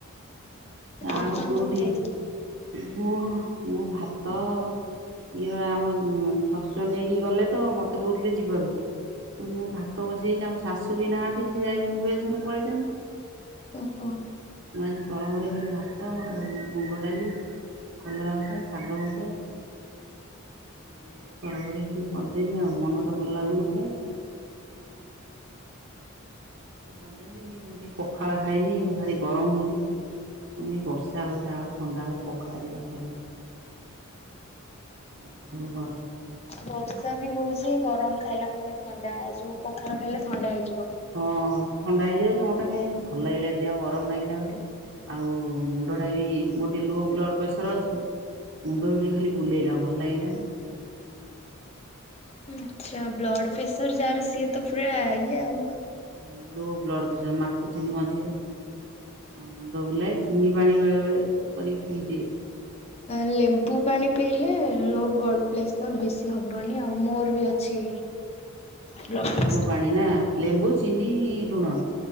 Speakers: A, on the right; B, on the left.
A: ଆଉ
B: ଆପଣ
A: କୋଉଠି
B: କଣ ଖାଇଥିଲେ?
A: ହଁ ମୁଁ ଭାତ । ଇଏ ଆମ ଶଶୁର ନେଇକି ଗଲେ ତ ମତେ କହୁଥିଲେ ଯିବାକୁ । ମଁ କଇଲି ମୁଁ ଭାତ ବସେଇଛି ଆମ ଶାଶୁ ବି ନାହାନ୍ତି ସେ ଯାଇଛନ୍ତି ଭୁଏନେସ୍ୱର ପଳେଇଛନ୍ତି।
B: ଓହୋ ।
A: ମୁଁ ଆଜି ତରଭର ହେଇ ଖାଲି। ଭାତ ମୁଗ ଡାଲି କଲରା ଭଜା ଶାଗ ଭଜା । ଆଉ ଏଇଆକୁ ତର ବର ହେଇ ଖାଲି । କରିଦେନି ଆଉ ମନ ତ ଭଲ ଲାଗୁନଥାଏ। ଏଇଆ କରିଦେଲି ମୁଁ ଟିକେ ପଖାଳ ଖାଇନି ଭାରି ଗରମ ହଉଛି । ମୁଁ ବର୍ଷା ହଉ ଯାହା ହଉ ଥଣ୍ଡା ହଉ ପଖାଳ ଦି ଟା ଖାଇଦବା । ସେମାନେ ତ
B: ବର୍ଷା ବି ହଉଛି। ଗରମ ଖାଇଲା ମାନେ ଥଣ୍ଡା ଯୋଉ ପଖାଳ ଖାଇଲେ ଥଣ୍ଡା ହେଇଯିବ।
A: ହଁ ଥଣ୍ଡା ହେଇଯିବ ମତେ କାଇହିଁ ଭଲ ଲାଗିଲାନି ଦେହ ଗରମ ଲାଗିଲା ଭାରି। ଆଉ ମୁଣ୍ଡଟା ବି ମୋର ଟିକେ ଲୋ ବ୍ଲଡ ପ୍ରେସର ଅଛି। ମୁଣ୍ଡ ବିଡି ଖାଲି ବୁଲେଇଲା। ଭଲ ଲାଗିଲାନି।
B: ଆଛା ବ୍ଲଡ ପ୍ରେସର ଯାହାର ସିଏ ତ ପୁରା ଇଏ ଆଉ।
A: ଓ ଲୋ ବ୍ଲଡ ପ୍ରେସର। ମା ଖିନି ମଝିଏ ଆଉ ମୁଣ୍ଡ ବୁଲାଏ। ଚିନି ପାଣି ବେଳେ ବେଳେ କରିକି ପିଇଦିଏ।
B: ଲେମ୍ବୁ ପାଣି ପିଇଲେ ଲୋ ବ୍ଲଡ ପେସର ବେଶୀ ହେବନି। ଆଉ ମୋର ବି ଅଛି। ବ୍ଲଡ
A: ଲେମ୍ବୁ
B: ପ୍ରେସର।
A: ପାଣି ନା ଲେମ୍ବୁ ଚିନି ଲୁଣ।